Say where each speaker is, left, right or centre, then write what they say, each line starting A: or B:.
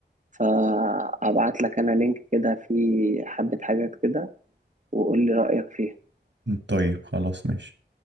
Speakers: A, on the right; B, on the right.
A: فأبعت لك انا لينك كده فيه حبة حاجات كده وقول لي رأيك فيها
B: طيب خلاص ماشي